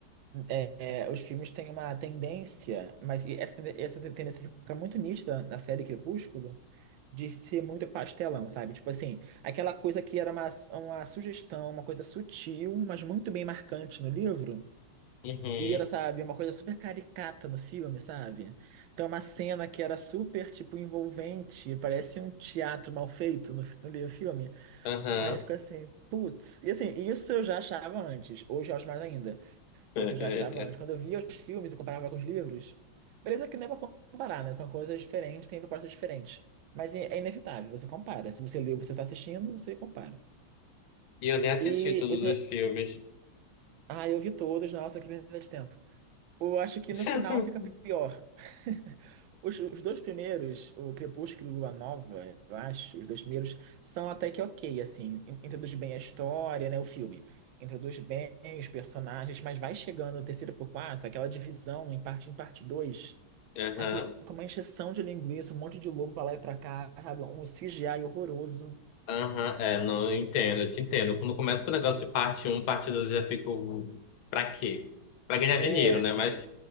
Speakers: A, on the right; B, on the left.
A: é, é, os filmes têm uma tendência, mas e essa, tende- essa tendência fica muito nítida na série Crepúsculo, de ser muito pastelão, sabe? Tipo assim, aquela coisa que era uma, uma sugestão, uma coisa sutil, mas muito bem marcante no livro,
B: Uhum,
A: vira, sabe, uma coisa super caricata no filme, sabe? Então, uma cena que era super, tipo, envolvente, parece um teatro mal feito no, no livro- filme.
B: aham.
A: Aí fica assim, putz. E assim, isso eu já achava antes, hoje eu acho mais ainda. Só
B: <laughs>
A: que eu já achava antes. Quando eu via os filmes e comparava com os livros, beleza que não é pra comparar, né? São coisas diferentes, têm propostas diferentes. Mas é é inevitável, você compara. Se você leu, você está assistindo, você compara.
B: E eu nem assisti
A: E
B: todos
A: esse...
B: os filmes.
A: Ah, eu vi todos, nossa, que perda de tempo. Eu acho que
B: <laughs>
A: no final fica pior. <laughs> Os, os dois primeiros, o Crepúsculo e Lua Nova, eu acho, os dois primeiros são até que ok, assim, in- introduz bem a história, né, o filme. Introduz bem os personagens, mas vai chegando o terceiro por quatro, aquela divisão em parte 1 e parte 2.
B: Aham,
A: Aí fica uma encheção de linguiça, um monte de lobo pra lá e pra cá, sabe? Um CGI horroroso.
B: aham, é, não eu entendo, eu te entendo. Quando começa com o negócio de parte um parte 2 eu já fico. Pra quê? Pra ganhar
A: É,
B: dinheiro, né? Mas